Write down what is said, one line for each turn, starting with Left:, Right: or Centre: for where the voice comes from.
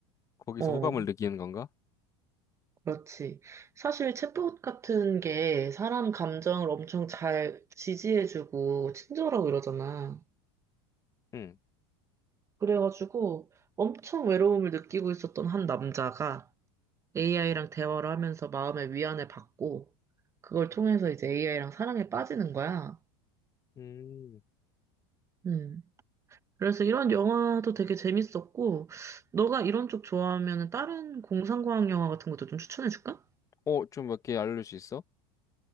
Left: 거기서
Right: 어,
Left: 호감을 느끼는 건가?
Right: 그렇지. 사실 챗봇 같은 게 사람 감정을 엄청 잘 지지해주고 친절하고 이러잖아.
Left: 응.
Right: 그래가지고 엄청 외로움을 느끼고 있었던 한 남자가 AI랑 대화를 하면서 마음의 위안을 받고 그걸 통해서 이제 AI랑 사랑에 빠지는 거야.
Left: 음,
Right: 음. 그래서 이런 영화도 되게 재밌었고 너가 이런 쪽 좋아하면 다른 공상과학 영화 같은 것도 좀 추천해 줄까?
Left: 어, 좀 몇 개 알려줄 수 있어?